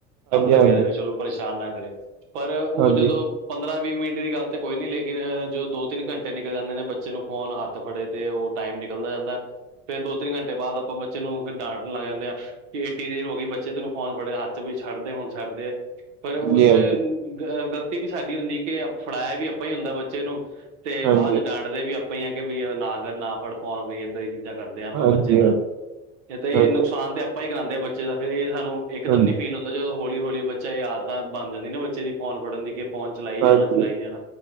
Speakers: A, on the right; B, on the right.
A: ਕੰਮ ਲੱਗਿਆ
B: ਹਾਂਜੀ
A: ਰਹੇ ਚਲੋ ਪਰੇਸ਼ਾਨ ਨਾ ਕਰੇ। ਪਰ ਉਹ
B: ਹਾਂਜੀ
A: ਜਦੋਂ ਪੰਦਰਾਂ-ਵੀਹ ਮਿੰਟ ਦੀ ਗੱਲ ਤੇ ਕੋਈ ਨੀ, ਲੇਕਿਨ ਜੋ ਦੋ -ਤਿੰਨ ਘੰਟੇ ਨਿਕਲ ਜਾਂਦੇ ਨੇ ਬੱਚੇ ਨੂੰ ਫੋਨ ਹੱਥ ਫੜੇ ਤੇ ਉਹ ਟਾਈਮ ਨਿਕਲਦਾ ਜਾਂਦਾ। ਫਿਰ ਦੋ-ਤਿੰਨ ਘੰਟੇ ਬਾਅਦ ਆਪਾਂ ਬੱਚੇ ਨੂੰ ਫਿਰ ਡਾਂਟਣ ਲੱਗ ਜਾਂਦੇ ਆ। ਕਿ ਏਡੀ ਦੇਰ ਹੋ ਗਈ ਬੱਚੇ ਤੈਨੂੰ ਫੋਨ ਫੜਿਆ ਹੱਥ ਚ ਵੀ ਛਡ ਦੇ ਹੁਣ ਛੱਡ ਦੇ ਪਰ ਉਸ
B: ਹਾਂਜੀ
A: ਚ ਗ਼ਲਤੀ ਵੀ ਸਾਡੀ ਹੁੰਦੀ। ਕਿ ਫੜਾਇਆ ਵੀ ਆਪਾਂ ਹੀ ਹੁੰਦਾ ਬੱਚੇ ਨੂੰ। ਤੇ
B: ਹਾਂਜੀ
A: ਬਾਅਦ ਚ
B: ਹਾਂਜੀ
A: ਡਾਂਟਦੇ ਵੀ ਆਪਾਂ ਹੀ ਆ ਕਿ ਬਈ ਨਾ ਕਰ ਨਾ ਫੜ ਫੋਨ ਬਈ ਏਦਾਂ ਹੀ। ਕਰਦੇ ਹਾਂ ਆਪਾਂ
B: ਹਾਂਜੀ
A: ਬੱਚੇ
B: ਹਾਂਜੀ
A: ਨਾਲ
B: ਹਾਂਜੀ
A: ਇਹ ਤੇ
B: ਹਾਂਜੀ
A: ਇਹ ਨੁਕਸਾਨ ਤੇ ਆਪਾਂ ਹੀ ਕਰਾਦੇ ਹਾਂ ਬੱਚੇ ਦਾ। ਫਿਰ ਇਹ ਸਾਨੂੰ ਇੱਕ ਦਮ
B: ਹਾਂਜੀ
A: ਫੀਲ ਹੁੰਦਾ ਜਦੋਂ ਹੌਲੀ ਹੌਲੀ ਬੱਚਾ ਯਾਦ ਤਾਂ ਬਣ ਜਾਂਦੀ ਨਾ ਬੱਚੇ ਦੀ ਫੋਨ ਫੜਨ ਦੀ ਕਿ ਫੋਨ ਚਲਾਈ
B: ਹਾਂਜੀ
A: ਜਾਣਾ-ਚਲਾਈ ਜਾਣਾ